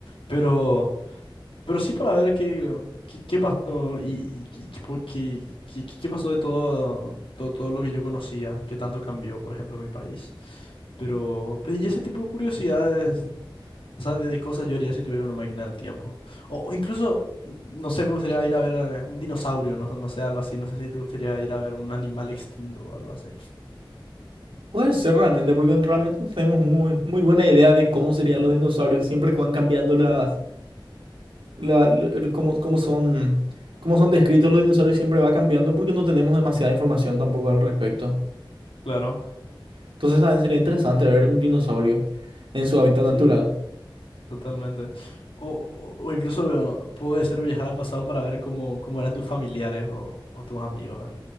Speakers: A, on the left; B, on the right.
A: Pero... Pero sí para ver qué, qué, qué pasó y, y qué, qué po- qué- qué- qué- pasó de todo, todo, todo lo que yo conocía, qué tanto cambió, por ejemplo, mi país. Pero, pe- y ese tipo de curiosidades, o sea, de, de cosas yo haría si tuviera una máquina del tiempo. O, o incluso, mm, no sé, me gustaría ir a ver a un dinosaurio, no, sé- no sé, algo así. No sé si te gustaría ir a ver un animal extinto o algo así.
B: Puede ser realmente, porque realmente no tenemos muy, muy buena idea de cómo serían los dinosaurios siempre que van cambiando las la- el- cómo, cómo son, cómo son descritos los dinosaurios siempre va cambiando porque no tenemos demasiada información tampoco al respecto.
A: Claro.
B: Entonces también sería interesante ver un dinosaurio en su hábitat
A: Sí.
B: natural.
A: Totalmente. O, o- o incluso eh, puede ser viajar al pasado para ver cómo, cómo eran tus familiares o, o tus amigos en,